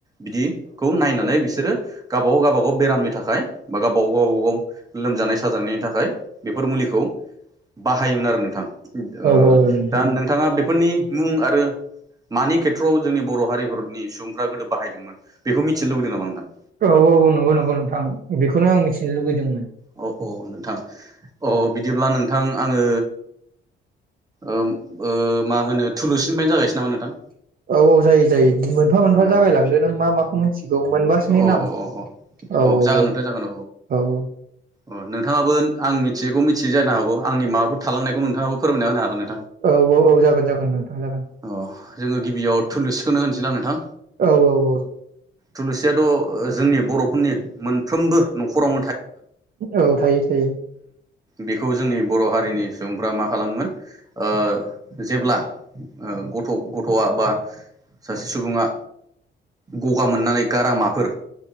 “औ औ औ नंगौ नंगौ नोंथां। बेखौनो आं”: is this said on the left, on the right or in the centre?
Right